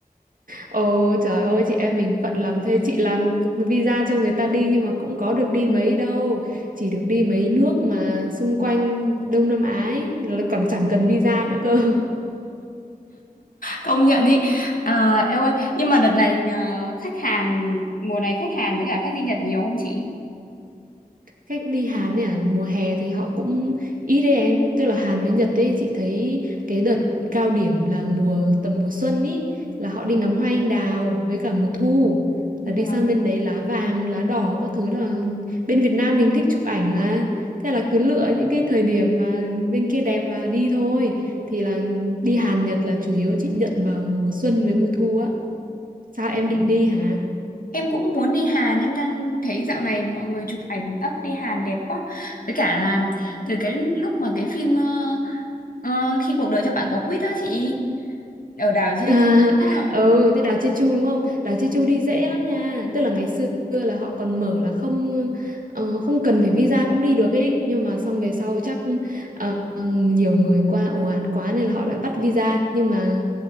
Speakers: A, on the right; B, on the left.
A: Ồ trời ơi chị em mình phận làm thế chị làm visa cho người ta đi nhưng mà cũng có được đi mấy đâu chỉ được đi mấy nước mà xung quanh Đông Nam Á ấy, là còn chẳng cần visa nữa cơ
B: Công nhận ý. À, eo ơi, nhưng mà đợt này ờ, khách Hàn mùa này khách Hàn với cả khách đi Nhật nhiều không chị?
A: Khách đi Hàn ấy à, mùa hè thì họ cũng ít đấy em. Tức là Hàn với Nhật ấy, chị thấy cái đợt cao điểm là mùa tầm mùa xuân ý là họ đi ngắm hoa anh đào với cả mùa thu
B: Vâng.
A: là đi sang bên đấy lá vàng lá đỏ các thứ là bên Việt Nam mình thích chụp ảnh mà thế là cứ lựa những cái thời điểm mà bên kia đẹp là đi thôi thì là đi Hàn Nhật là chủ yếu chị nhận vào mùa xuân với mùa thu á sao em định đi hả
B: Em cũng muốn đi Hàn, em đang thấy dạo này mọi người chụp ảnh ấp đi Hàn đẹp quá. Với cả là từ cái lúc mà cái phim ờ, ờ, Khi cuộc đời cho bạn quả quýt đó chị, ở đảo Jeju
A: À, <laughs>
B: á.
A: ừ thế đảo Jeju đúng không? Đảo Jeju đi dễ lắm nha. Tức là ngày xưa là họ còn mở là không ờ, không cần phải visa cũng đi được ấy. Nhưng mà xong về sau chắc ờ, nhiều người qua ồ ạt quá nên là họ lại bắt visa. Nhưng mà